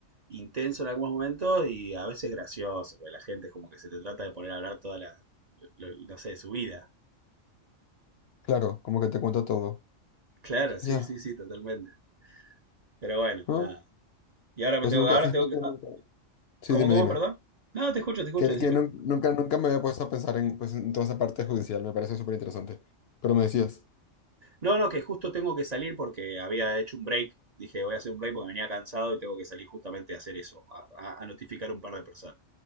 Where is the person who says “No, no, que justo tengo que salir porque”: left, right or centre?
Right